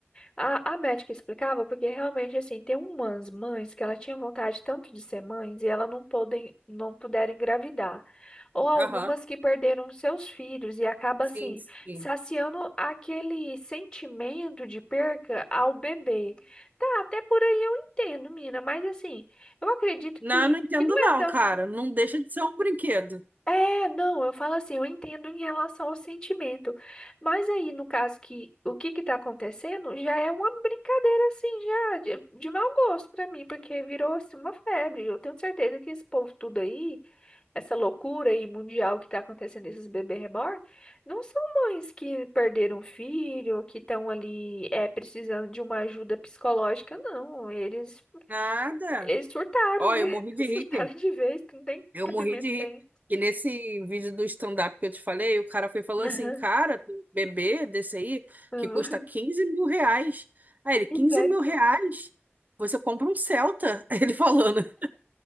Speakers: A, on the left (about 20°); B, on the right (about 40°).
A: A, a médica explicava porque realmente, assim, tem umas mães que ela tinha vontade tanto de ser mães e ela não podem, não puderam engravidar. Ou algumas
B: Aham.
A: que perderam os seus filhos e acaba,
B: Sim,
A: assim,
B: sim.
A: saciando aquele sentimento de perca ao bebê. Tá, até por aí eu entendo, mina, mas assim, eu acredito
B: Não,
A: que,
B: não entendo
A: que não
B: não,
A: é tão
B: cara. Não deixa de ser um brinquedo.
A: é, não, eu falo assim, eu entendo em relação ao sentimento, mas aí no caso que o que que tá acontecendo já é uma brincadeira assim já de, de mau gosto pra mim, porque virou assim uma febre. Eu tenho certeza que esse povo tudo aí, essa loucura aí mundial que tá acontecendo esses bebês reborn, não são mães que perderam um filho, que estão ali é precisando de uma ajuda psicológica, não. Eles
B: Nada.
A: eles surtaram,
B: Ó,
A: né?
B: eu morri
A: <laughs>
B: de
A: Surtaram
B: rir.
A: de vez, que não tem
B: Eu
A: cabimento
B: morri de rir.
A: tem.
B: Que nesse vídeo do stand-up que eu te falei, o cara foi e falou
A: Aham.
B: assim, cara, tem um bebê desse aí
A: <laughs>
B: que custa quinze mil reais. Aí ele, 15
A: Misericórdia.
B: mil reais? Você compra um Celta. <laughs> Ele falando.